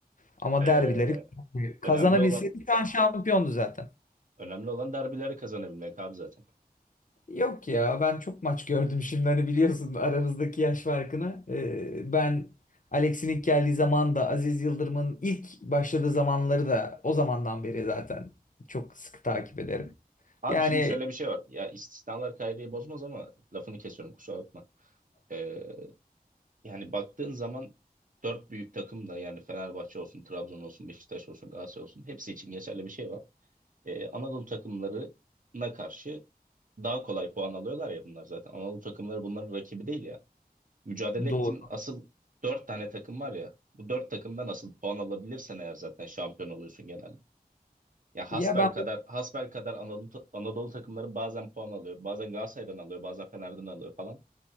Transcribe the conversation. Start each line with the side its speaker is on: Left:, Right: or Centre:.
Left: Ama
Right: eee,
Left: derbileri kazanabilseydi
Right: önemli olan
Left: şu an şampiyondu zaten.
Right: önemli olan derbileri kazanabilmek abi zaten.
Left: Yok ya ben çok maç gördüm şimdi hani biliyorsun aramızdaki yaş farkını. Ee, ben Alex'in ilk geldiği zaman da Aziz Yıldırım'ın ilk başladığı zamanları da o zamandan beri zaten çok sıkı takip ederim.
Right: Abi
Left: Yani
Right: şimdi şöyle bir şey var. Ya istisnalar kaideyi bozmaz ama lafını kesiyorum kusura bakma. Eee, yani baktığın zaman dört büyük takım da yani Fenerbahçe olsun, Trabzon olsun, Beşiktaş olsun, Galatasaray olsun hepsi için geçerli bir şey var. e, Anadolu takımlarına karşı daha kolay puan alıyorlar ya bunlar zaten. Anadolu takımları bunların rakibi değil ya. Mücadele ettiğin
Left: doğru.
Right: asıl dört tane takım var ya. Bu dört takımdan asıl puan alabilirsen eğer zaten şampiyon oluyorsun genelde. Ya hasbelkader
Left: Ya ben
Right: hasbelkader Anadolu, Anadolu takımları bazen puan alıyor. Bazen Galatasaray'dan alıyor, bazen Fener'den alıyor falan.